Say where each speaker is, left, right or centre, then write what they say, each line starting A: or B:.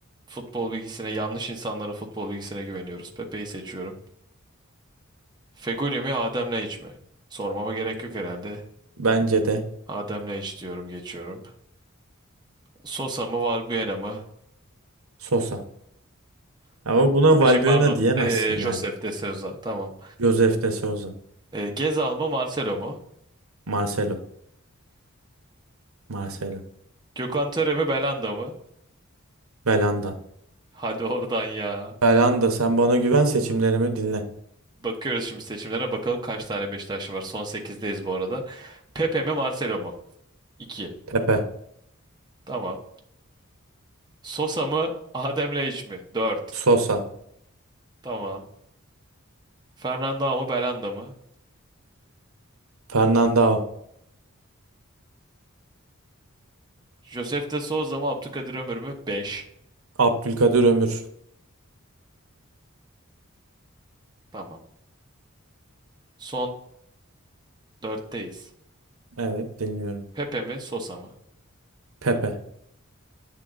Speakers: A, on the right (about 20°); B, on the right (about 85°).
A: futbol bilgisine yanlış insanların futbol bilgisine güveniyoruz. Pepe'yi seçiyorum. Feguli mi Adem iç mi? Sormama gerek yok herhalde.
B: Bence de
A: Adem iç diyorum geçiyorum. Sosa mı Valbuena mı?
B: Sosa. Ama buna Valbuena
A: Şey pardon.
B: diyemezsin
A: Ee, Josef
B: yani.
A: de Souza. Tamam.
B: Josef de Souza.
A: Ee, Gezal mı Marcelo mu?
B: Marcelo. Marcelo.
A: Gökhan Töre mi Belanda mı?
B: Belanda.
A: Hadi oradan ya.
B: Belanda sen bana güven seçimlerimi dinle.
A: Bakıyoruz şimdi seçimlere bakalım kaç tane Beşiktaşlı var. Son sekizdeyiz bu arada. Pepe mi Marcelo mu? 2.
B: Pepe.
A: Tamam. Sosa mı Adem Laiç mi? 4.
B: Sosa.
A: Tamam. Fernanda mı Belanda mı?
B: Fernandao.
A: Josef de Souza mı Abdülkadir Ömür mü? 5.
B: Abdülkadir Ömür.
A: Tamam. Son 4'teyiz.
B: Evet dinliyorum.
A: Pepe mi Sosa mı?
B: Pepe.